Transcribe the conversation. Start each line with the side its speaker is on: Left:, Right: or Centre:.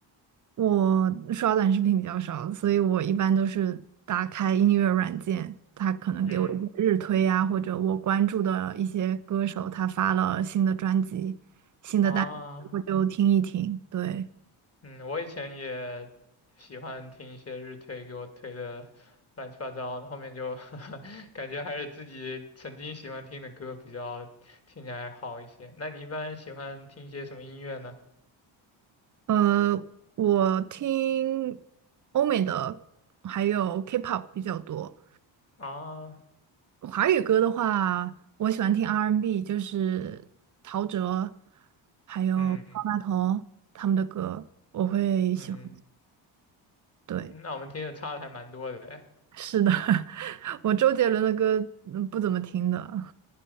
Right: 我刷短视频比较少，所以我一般都是打开音乐软件，它可能给我一些日推啊，
Left: 嗯，
Right: 或者我关注的一些歌手他发了新的专辑、新的单曲，
Left: 啊，
Right: 我就听一听。对，
Left: 嗯，我以前也喜欢听一些日推给我推的乱七八糟的，后面就 <laughs> 感觉还是自己曾经喜欢听的歌比较听起来好一些。那你一般喜欢听一些什么音乐呢？
Right: 呃，我听欧美的还有 K-pop 比较多。
Left: 啊，
Right: 华语歌的话，我喜欢听 R&B，就是陶喆还有方大同他们的歌，
Left: 嗯
Right: 我会喜欢。
Left: 嗯，
Right: 对，
Left: 那我们听的差的还蛮多的诶。
Right: 是的，<laughs> 我周杰伦的歌嗯不怎么听的。